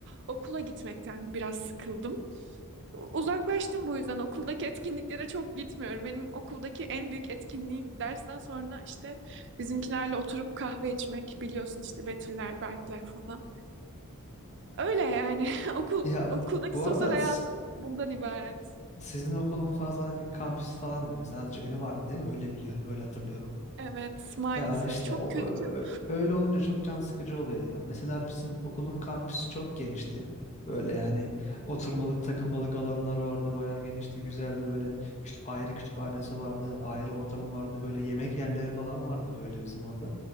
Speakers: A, on the right (about 55°); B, on the left (about 30°).
A: okula gitmekten biraz sıkıldım. Uzaklaştım bu yüzden okuldaki etkinliklere çok gitmiyorum. Benim okuldaki en büyük etkinliğim dersten sonra işte bizimkilerle oturup kahve içmek. Biliyorsun işte Betüller, Berkler falan. Öyle yani <laughs> okul
B: Ya
A: okuldaki
B: bu
A: sosyal
B: arada
A: hayatım bundan ibaret.
B: sizin okulun fazla hani kampüsü falan da yok. Sadece önü vardı değil mi? Öyle biliyorum, öyle hatırlıyorum.
A: Evet maalesef
B: Ya işte
A: çok
B: o,
A: kötü.
B: ö- öyle olunca çok can sıkıcı oluyor ya. Mesela bizim okulun kampüsü çok genişti. Böyle yani oturmalık takılmalık alanlar vardı. Bayağı genişti, güzeldi böyle. Kütü- ayrı kütüphanesi vardı, ayrı ortamı vardı. Böyle yemek yerleri falan vardı böyle bizim orada.